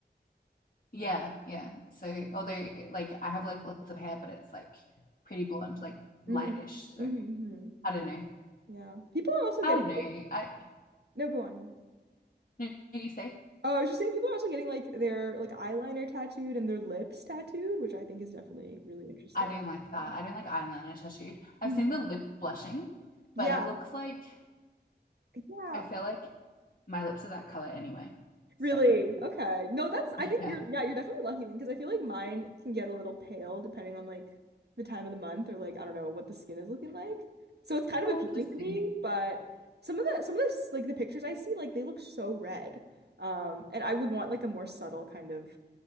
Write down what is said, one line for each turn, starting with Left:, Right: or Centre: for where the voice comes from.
Left: Yeah,
Right: Oh.
Left: yeah. So although like I have like lots of hair, but it's like pretty blonde, like lightish.
Right: Mm.
Left: So
Right: hmm
Left: I don't know.
Right: Yeah. People are also
Left: I
Right: getting,
Left: don't know. I
Right: no, go on. Yeah.
Left: no, no, you say
Right: Oh, I was just saying people are also getting like their like eyeliner tattooed and their lips tattooed, which I think is definitely really interesting.
Left: I don't like that.
Right: So-
Left: I don't like eyeliner tattooed. I've
Right: Mhm.
Left: seen the lip blushing,
Right: Yeah.
Left: but it looks like
Right: Yeah.
Left: I feel like my lips are that color anyway. So
Right: Really? Okay. No, that's I think
Left: yeah,
Right: you're yeah, you're definitely lucky then because I feel like mine can get a little pale depending on like the time of the month or like I don't know what the skin is looking like. So it's kind of
Left: oh,
Right: appealing
Left: interesting.
Right: to me, but some of the some of this like the pictures I see like they look so red. Um and I would want like a more subtle kind of